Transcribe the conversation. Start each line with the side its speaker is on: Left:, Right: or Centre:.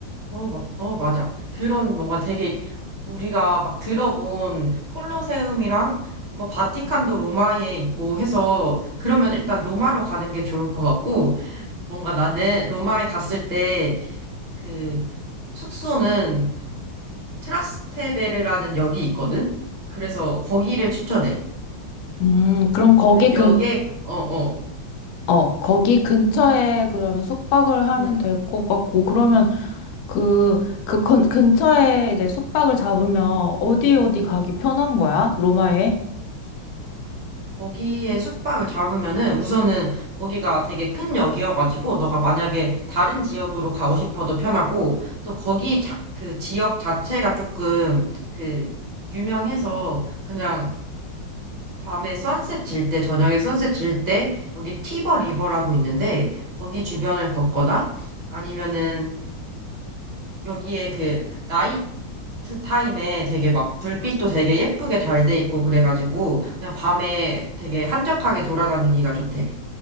Right: 어, 마- 어, 맞아. 그런 뭔가 되게 우리가 막 들어본 콜로세움이랑 뭐 바티칸도 로마에 있고 해서 그러면 일단 로마로 가는 게 좋을 것 같고 뭔가 나는 로마에 갔을 때 그 숙소는 트라스테베르라는 역이 있거든? 그래서 거기를 추천해.
Left: 음, 그럼 거기
Right: 그래서 역에, 어, 어,
Left: 어, 거기 근처에 그러면 숙박을 하면
Right: 음,
Left: 될 것 같고, 그러면 그, 그 근, 근처에 이제 숙박을 잡으면 어디 어디 가기 편한 거야? 로마에?
Right: 거기에 숙박을 잡으면은 우선은 거기가 되게 큰 역이어가지고 너가 만약에 다른 지역으로 가고 싶어도 편하고 또 거기 자, 그 지역 자체가 조금 그 유명해서 그냥 밤에 선셋 질 때, 저녁에 선셋 질때 여기 티버 리버라고 있는데 거기 주변을 걷거나 아니면은 여기에 그 나이트 타임에 되게 막 불빛도 되게 예쁘게 잘 돼 있고 그래가지고 그냥 밤에 되게 한적하게 돌아다니기가 좋대.